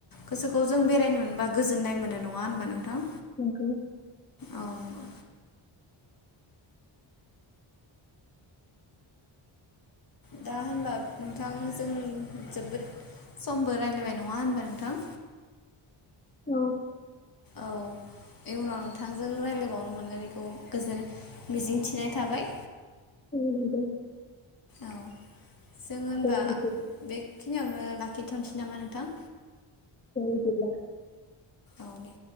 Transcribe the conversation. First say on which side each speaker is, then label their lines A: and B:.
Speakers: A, on the left; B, on the left.
A: गोसोखौ जों बेरायनो मोनबा गोजोननाय मोनो नङा होनबा नोंथां?
B: नंगौ।
A: औ नंगौ दा होनबा नोंथां जों जोबोद समबो रायलायबाय नङा होनबा नोंथां?
B: औ
A: औ इयुनाव नोंथांजों रायलायबावनो मोनगोन बेखौ गोजोन मिजिंथिनाय थाबाय।
B: उम नंगौ।
A: औ जों
B: दे
A: होनबा
B: बिदिब्ला
A: बे खिनियावनो लाखिथ'नोसै नामा नोंथां?
B: दे बिदिब्ला
A: औ दे